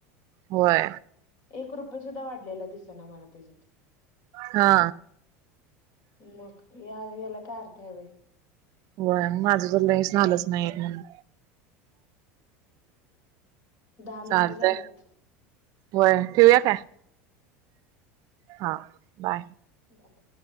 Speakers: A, on the right (about 55°); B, on the left (about 55°).
A: होय
B: एक रुपये सुद्धा वाढलेला दिस ना मला त्याच्यात
A: हा
B: ह् या येला कारतायय.
A: वय माझं तर ल हे झालंच नाही म्हण
B: दहा
A: चालतय
B: मिनिटं झाल्यात.
A: वय ठेवया काय? हा बाय.
B: बर